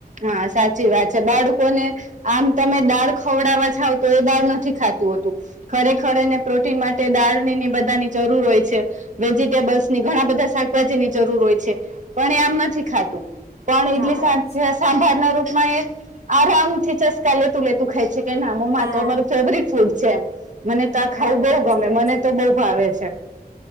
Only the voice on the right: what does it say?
હા સાચી વાત છે. બાળકોને આમ તમે દાળ ખવડાવા ઝાવ તો એ દાળ નથી ખાતું હોતું ખરેખર એને પ્રોટીન માટે દાળની ને ઇ બધાની જરૂર હોય છે. વેજીિટેબલ્સની ઘણાં બધા શાકભાજીની જરૂર હોય છે. પણ એ આમ નથી ખાતું. પણ ઈડલી
સાથે
સાંભારના રૂપમાં એ આરામથી ચસ્કા લેતું લેતું ખાય છે. કે ના મમ્માં
આતો અમારું ફેવરીટ ફૂડ છે. મને તો આ
ખાવું બોવ
ગમે.
મને
તો બઉ ભાવે છે.